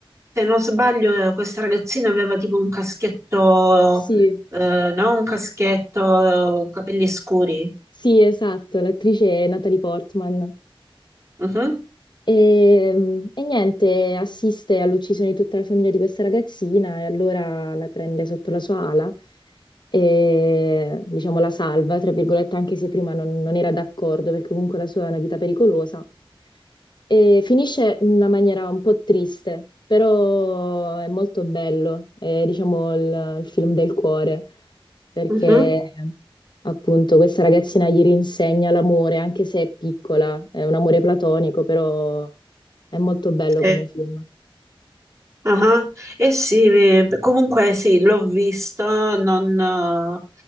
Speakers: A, on the right; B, on the left.
A: se non sbaglio, eh, questa ragazzina aveva tipo un caschetto,
B: Sì.
A: eh, no, un caschetto, eh, capelli scuri.
B: Sì, esatto, l'attrice è Natalie Portman.
A: Mhm,
B: E, e niente, assiste all'uccisione di tutta la famiglia di questa ragazzina e allora la prende sotto la sua ala e diciamo la salva, tra virgolette, anche se prima non, non era d'accordo perché comunque la sua è una vita pericolosa. E finisce in una maniera un po' triste, però è molto bello, è diciamo il il film del cuore. perché
A: mhm,
B: appunto questa ragazzina gli rinsegna l'amore, anche se è piccola, è un amore platonico, però è molto bello
A: sì.
B: come film.
A: aha. Eh sì, eh, comunque sì, l'ho visto, non, eh,